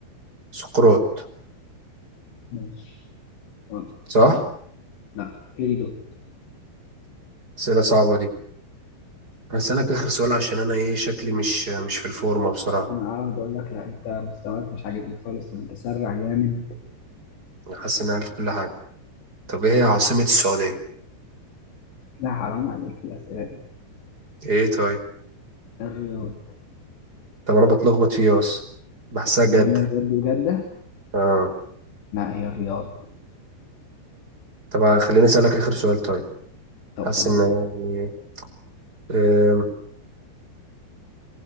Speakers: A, on the right; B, on the left.
A: سقراط
B: ماشي آه،
A: صح
B: لا هيرودوت
A: اسئله صعبه دي هسألك
B: ماشي.
A: اخر سؤال عشان انا ايه شكلي مش مش في الفورمه بصراحه
B: أنا آه بقول لك لا أنت مستواك مش عاجبني خالص ومتسرع جامد
A: أنا حاسس اني عارف كل حاجه طب ايه هي عاصمه السعوديه
B: لا حرام عليك الأسئلة دي
A: ايه طيب
B: الرياض
A: طب انا بتلخبط فيه بس بحسها جده
B: ما بين الرياض وجدة
A: اه
B: لا هي الرياض
A: طب خليني اسالك اخر سؤال طيب
B: طب
A: حاسس
B: خلاص
A: ان يعني آم،